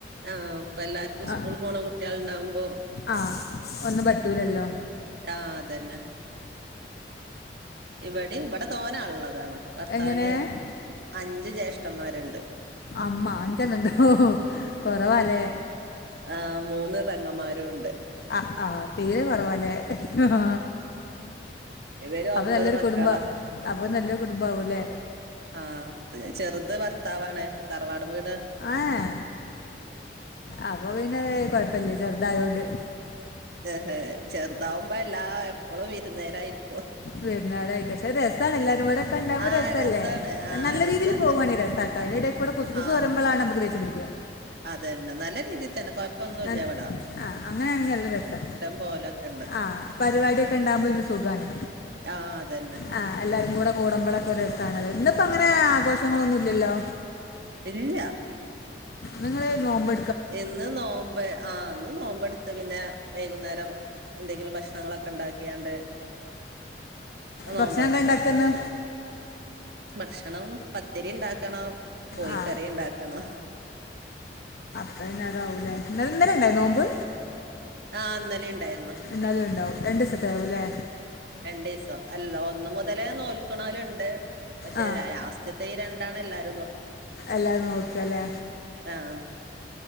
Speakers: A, on the right (about 60°); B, on the left (about 60°).
A: ആഹ് ഇപ്പ എല്ലാർക്കും
B: ആ
A: സ്കൂൾ പോണ കുട്ടികളുണ്ടാവുമ്പോ
B: ആ ഒന്നുംപറ്റുല്ലല്ലോ
A: ആഅതന്നെ ഇവിടിം ഇവിടെ തോന്നഉള്ളതാണ് ഭർത്താവിന്
B: എങ്ങനെ
A: അഞ്ചുജെ ജേഷ്ടന്മാരുണ്ട്
B: അമ്മ അഞ്ചെണ്ണുണ്ടോ കുറവാലേ
A: ആഹ് മൂന്ന്പെങ്ങമാ ല്ലാരുംണ്ട്
B: ആ ആ തീരെകുറവാല്ലേ? അ
A: ഇവര്
B: അപ്പം
A: ഒമ്പത്
B: നല്ലൊരു
A: മക്കളാ
B: കുടുംബം അപ്പൊനല്ലൊരു കുടുംബാവുലെ
A: ആഹ് ചെറുത് ഭർത്താവാണ് തറവാട് വീട്
B: ആഏ അപ്പൊപിന്നെ
A: അപ്പൊ
B: കൊഴപ്പല്ലചെറുതായോണ്ട്
A: ഹെ ഹെ ചെറുതാവുമ്പോല്ലാഎപ്പോഴും വിരുന്നേരായിരിക്കും.
B: വിരുന്നാരായിരിക്കും പക്ഷെ രസാണ് എല്ലാരുംപാടെ കണ്ടാവുമ്പോ
A: ആ
B: രസംല്ലേ
A: രസാണ് ആ
B: നല്ല
A: രസാണ്
B: രീതിയിൽ പോവാണിരസം അതിനിടെകൂടെ കുസുകുസു
A: ആഹ്
B: പറയ്മ്പളാ ണ് നമ്മക്ക് ദേഷ്യം പിടിക്യ
A: അതന്നെ നല്ല രീതിയിൽതന്നെ കൊഴപ്പൊന്നൂല്ലാവിടെ
B: നൽ- ആ അങ്ങനെയാണെങ്കില്‌ നല്ല രസാ
A: പോവലൊക്കെണ്ട്.
B: ആ പരിപാടിയൊക്കെണ്ടാവുമ്പോരു സുഖാണ്
A: ആഹ് അതന്നെ.
B: ആ എല്ലാരുംകൂടെ കൂടുമ്പോളൊക്കെരു രസാണ് ഇന്ന്പ്പോ അങ്ങനെ ആഘോഷങ്ങളൊന്നും ഇല്ലല്ലോ
A: ഇല്ല്യ
B: നിങ്ങള് ഈനോബ്
A: ഇന്ന്നോമ്പ് ആഹ് ഇന്ന്നോമ്പട് ത്ത്പിന്നെ വൈകുന്നേരം എന്തെങ്കിലും ഭക്ഷണങ്ങളൊക്കെണ്ടാക്കിയാണ്ട് അനോമ്പർക്കും
B: ഭക്ഷണം എന്താ ഉണ്ടാക്കുന്നു
A: അത്രതന്നെ ഭക്ഷണം പത്തരിണ്ടാക്കണം കോഴിക്കറിണ്ടാക്കണം
B: ആ ന്ന്പ്പിന്നെതാവുംലെ ഇന്നലെണ്ടായി നോമ്പ്?
A: ആഇന്നലിണ്ടായിരുന്നു.
B: ഇന്നലെ ഉണ്ടാവും രണ്ട് സത്തയാവുല്ലേ
A: രണ്ട് ദിവസം അല്ല ഒന്ന് മുതലേ നോക്കുന്നവരുണ്ട് പക്ഷെ
B: ആ
A: ലാസ്റ്റ്ത്തെ രണ്ടാണല്ലാരും
B: എല്ലാവരും നോക്കല്ലേ
A: ആഹ്